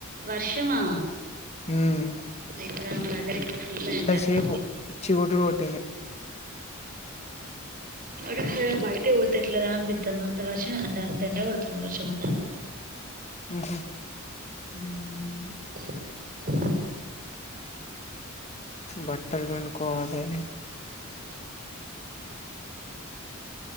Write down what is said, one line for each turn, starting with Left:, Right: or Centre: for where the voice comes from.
Right: వర్షమా
Left: మ్మ్
Right: న ఎడ అ అగరి ఇక్కడ ఫుల్ ఎండ అసలు
Left: సేపు పిచ్చి కొట్టుడు కొట్టింది
Right: అ బయట పోతే ఎట్లేదా అనిపితాను అంత వర్షం అంటే అంత ఎండ పడుతుంది వర్షం వండ అ
Left: ఉహ
Right: హ
Left: బట్టలు పిండుకోవాలి